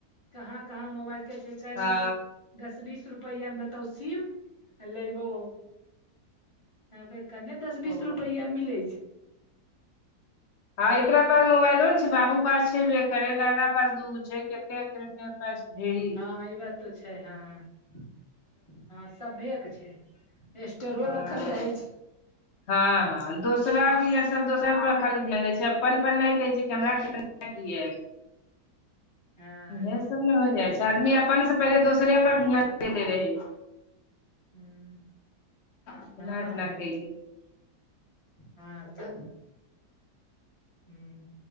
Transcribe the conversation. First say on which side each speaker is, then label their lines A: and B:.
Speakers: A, on the left (about 25°); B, on the left (about 60°).
A: कहाँ -कहाँ मोबाइल के जिकर
B: हँ
A: नहि दस बीस रुपैआमे देतौ सीम लेबौम। हम कहि कन्ने दस बीस
B: ओ
A: रुपैयामे मिलै छै।
B: हँ एकरा पास मोबाइलो ने छै, बाबू पास छै, बे करै दादा पास दूगो छै, कते के <unintelligible> ढेड़ी
A: हँ ई बात तऽ छै, हँ से सभिये के छै, स्टरो
B: हँ
A: रखल रहै छै।
B: हँ -हँ दोसरा
A: हूँ
B: के ये सब दोस सब पर खाली ध्यान दै छै अपन पर नहि दै छै कि हमरा केहन मो इल य
A: हँ
B: इएह सब ने होय जाइ छै, आदमी अपन से पहिले दोसरे पर ध्यान देने रहै छै।
A: हुँ,
B: इतना
A: हँ।
B: इतना कयली
A: हँ तह, हुं।